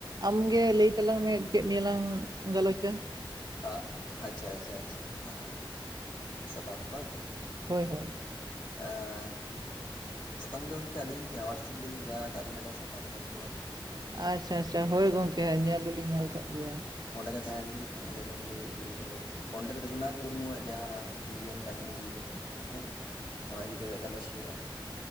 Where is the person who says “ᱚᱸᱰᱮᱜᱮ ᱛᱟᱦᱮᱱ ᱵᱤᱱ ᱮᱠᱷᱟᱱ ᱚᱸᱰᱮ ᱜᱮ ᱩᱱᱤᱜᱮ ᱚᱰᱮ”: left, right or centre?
Left